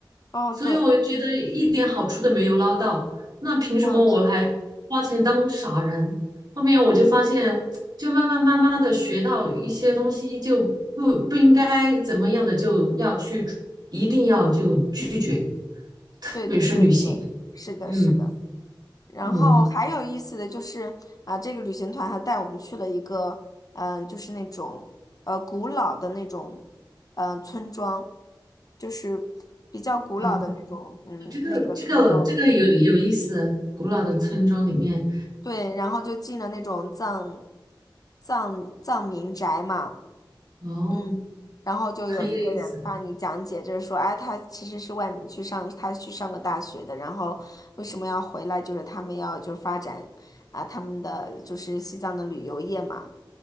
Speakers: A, on the left (about 50°); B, on the right (about 55°).
A: 嗯，
B: 所以我觉得一点好处都没有捞到，
A: 对，
B: 那凭什么我还花钱当傻人？
A: 嗯是，
B: 后面我就发现，就慢慢慢慢的学到一些东西，就不不应该怎么样的就要去，一定要就拒绝，特别是旅行。
A: 对对对对，是的，
B: 嗯
A: 是的。然后还有意思的就是啊、
B: 嗯
A: 这个旅行团还带我们去了一个，嗯、就是那种呃古老的那种，嗯、村庄，就是比较古老的那种，
B: 啊，
A: 嗯，
B: 这个这个这个有有意思，
A: 那个村庄。
B: 古老的村庄里面
A: 对，然后就进了那种藏藏藏民宅嘛。
B: 哦，
A: 嗯，然后就有一个人帮你讲解，
B: 很有意思
A: 就是说，哎，他其实是外面去上，他去上个大学的，然后为什么要回来？就是他们要就是发展啊，他们的就是西藏的旅游业嘛，